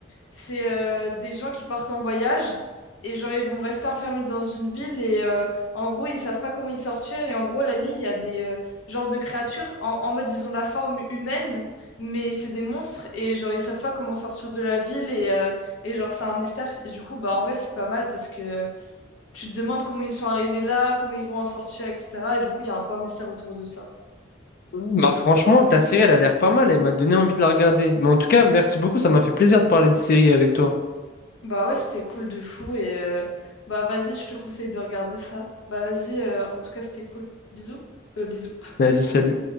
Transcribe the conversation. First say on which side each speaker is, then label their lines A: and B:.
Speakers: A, on the left (about 80°); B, on the left (about 50°).
A: C'est euh, des gens qui partent en voyage et genre ils vont rester enfermés dans une ville et euh, en gros ils savent pas comment y sortir et en gros la nuit il y a des euh, genres de créatures en, en mode ils ont la forme humaine mais c'est des monstres et genre ils savent pas comment sortir de la ville et, euh, et genre c'est un mystère et du coup bah en vrai c'est pas mal parce que tu te demandes comment ils sont arrivés là, comment ils vont en sortir etc. et du coup il y a un peu un mystère autour de ça.
B: Bah franchement, ta série, elle a l'air pas mal. Elle m'a donné envie de la regarder. Mais en tout cas, merci beaucoup. Ça m'a fait plaisir de parler de série avec toi.
A: Bah ouais, c'était cool de fou. Et euh, bah vas-y, je te conseille de regarder ça. Bah vas-y, euh, en tout cas, c'était cool. Bisous. Euh, bisous.
B: Vas-y, salut.